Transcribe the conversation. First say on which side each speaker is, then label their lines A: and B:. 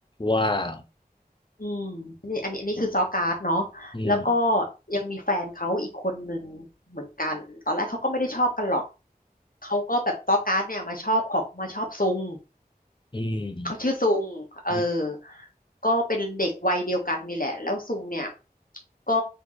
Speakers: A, on the left; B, on the left.
A: ว้าว
B: อืมนี่อันนี้อันนี้คือซอการ์ดเนาะ
A: อืม
B: แล้วก็ยังมีแฟนเขาอีกคนหนึ่งเหมือนกันตอนแรกเขาก็ไม่ได้ชอบกันหรอกเขาก็แบบซอการ์ดเนี่ยมาชอบของมาชอบซุง
A: อืม
B: เขาชื่อซุงเออ
A: นี่
B: ก็เป็นเด็กวัยเดียวกันนี่แหละแล้วซุงเนี่ยก็